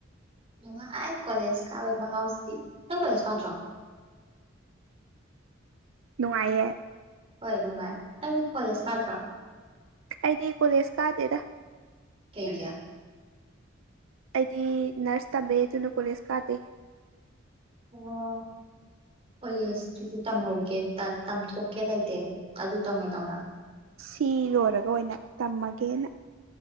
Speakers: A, on the right (about 30°); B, on the right (about 75°).
A: ꯅꯨꯡꯉꯥꯏ ꯀꯣꯂꯦꯖ ꯀꯥꯕꯒꯤ ꯃꯍꯥꯎꯁꯤꯗꯤ ꯅꯪ ꯀꯣꯂꯦꯖ ꯀꯥꯗ꯭ꯔꯣ
B: ꯅꯨꯡꯉꯥꯏꯌꯦ
A: ꯍꯣꯏ ꯅꯨꯡꯉꯥꯏ ꯅꯪꯗꯤ ꯀꯣꯂꯦꯖ ꯀꯥꯗ꯭ꯔꯣ
B: ꯑꯩꯗꯤ ꯀꯣꯂꯦꯖ ꯀꯥꯗꯦꯗꯥ
A: ꯀꯩꯒꯤ
B: ꯑꯩꯗꯤ ꯅꯔꯁ ꯇꯝꯃꯦ ꯑꯗꯨꯅ ꯀꯣꯂꯦꯖ ꯀꯥꯗꯦ
A: ꯑꯣ ꯀꯂꯦꯖꯇꯨꯗꯤ ꯇꯝꯍꯧꯒꯦ ꯇꯝꯊꯣꯛꯀꯦ ꯂꯩꯇꯦ ꯑꯗꯨ ꯇꯧꯅ ꯇꯧꯅ
B: ꯁꯤ ꯂꯣꯏꯔꯒ ꯑꯣꯏꯅ ꯇꯝꯃꯒꯦꯅ